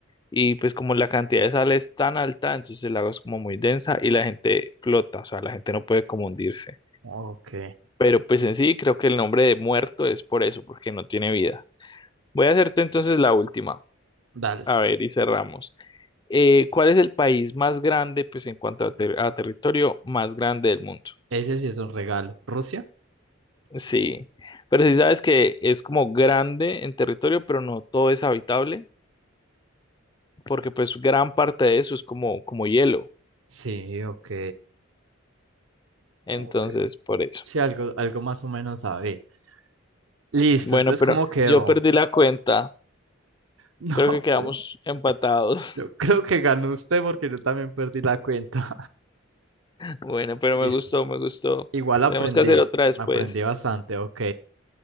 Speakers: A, on the left; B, on the right.
A: Y pues como la cantidad de sal es tan alta, entonces el lago es como muy densa y la gente flota, o sea, la gente no puede como hundirse.
B: Ok,
A: Pero pues en sí creo que el nombre de muerto es por eso, porque no tiene vida. Voy a hacerte entonces la última.
B: dale.
A: A ver, y cerramos. Eh, ¿cuál es el país más grande, pues en cuanto a, ter- a territorio, más grande del mundo?
B: Ese sí es un regalo. ¿Rusia?
A: Sí, pero si sabes que es como grande en territorio, pero no todo es habitable, porque pues gran parte de eso es como, como hielo.
B: Sí, ok.
A: Entonces,
B: Ok.
A: por eso.
B: Sí, algo, algo más o menos sabe. Listo,
A: Bueno,
B: entonces,
A: pero
B: ¿cómo quedó?
A: yo perdí
B: <laughs>
A: la cuenta.
B: No,
A: Creo que quedamos
B: pues,
A: empatados.
B: yo
A: <laughs>
B: creo que ganó usted porque yo también perdí la cuenta.
A: Bueno,
B: <laughs>
A: pero
B: Listo.
A: me gustó, me gustó.
B: Igual aprendí,
A: Tenemos que hacer otra después.
B: aprendí bastante, ok.